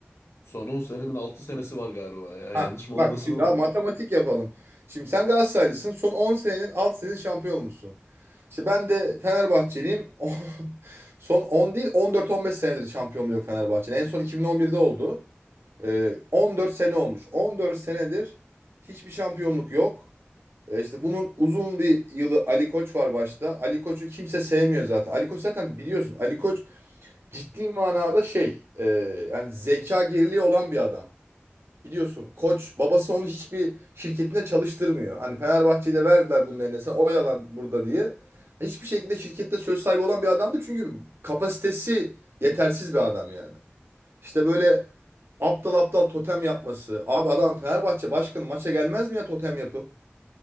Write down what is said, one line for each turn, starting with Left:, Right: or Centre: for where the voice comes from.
Left: son on senenin 6 senesi var galiba ya.
Right: Ha,
Left: Yanlış mı olmasın
Right: bak şimdi
Left: ama.
Right: abi matematik yapalım. Şimdi sen Galatasaraylısın. Son 10 senenin alt senin şampiyon olmuşsun. İşte ben de Fenerbahçeliyim. <laughs> Son on değil on dört on beş senedir şampiyonluğu yok Fenerbahçe'nin. En son 2011'de oldu. Ee, 14 sene olmuş. on dört senedir hiçbir şampiyonluk yok. E işte bunun uzun bir yılı Ali Koç var başta. Ali Koç'u kimse sevmiyor zaten. Ali Koç zaten biliyorsun. Ali Koç ciddi manada şey e, yani zeka geriliği olan bir adam. Biliyorsun Koç babası onu hiçbir şirketinde çalıştırmıyor. Hani Fenerbahçe'yi de verdiler bunun eline. Sen oyalan burada diye. Hiçbir şekilde şirkette söz sahibi olan bir adamdı. Çünkü kapasitesi yetersiz bir adam yani. İşte böyle aptal aptal totem yapması. Abi adam Fenerbahçe başkanı maça gelmez mi ya totem yapıp?